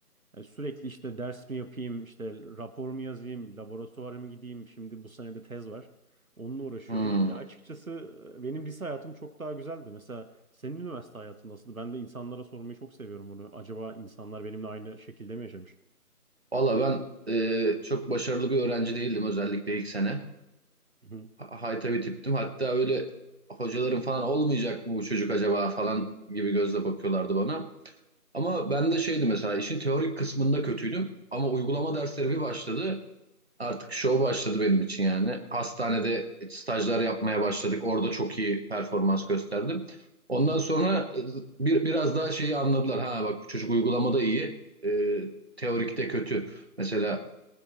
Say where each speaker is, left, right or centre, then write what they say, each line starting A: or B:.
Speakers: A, on the right; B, on the right.
A: Yani sürekli işte ders mi yapayım, işte rapor mu yazayım, laboratuvara mı gideyim, şimdi bu sene de tez var. Onunla uğraşıyorum.
B: Hmm.
A: Ya açıkçası e, benim lise hayatım çok daha güzeldi. Mesela senin üniversite hayatın nasıldı? Ben de insanlara sormayı çok seviyorum bunu. Acaba insanlar benimle aynı şekilde mi yaşamış?
B: Valla ben e, çok başarılı bir öğrenci değildim özellikle ilk sene.
A: Hı hı,
B: Ha- Hayta bir tiptim. Hatta öyle hocaların falan olmayacak mı bu çocuk acaba falan gibi gözle bakıyorlardı bana. Ama ben de şeydi mesela işin teorik kısmında kötüydüm. Ama uygulama dersleri bir başladı. Artık show başladı benim için yani. Hastanede stajlar yapmaya başladık. Orada çok iyi performans gösterdim. Ondan
A: hı hı,
B: sonra e, bir, biraz daha şeyi anladılar. Ha bak bu çocuk uygulamada iyi, e, teorikte kötü. Mesela